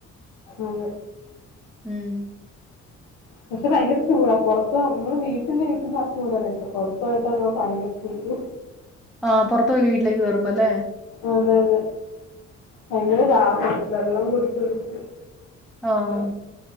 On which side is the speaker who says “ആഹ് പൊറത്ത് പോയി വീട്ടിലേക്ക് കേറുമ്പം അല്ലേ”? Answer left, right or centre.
Centre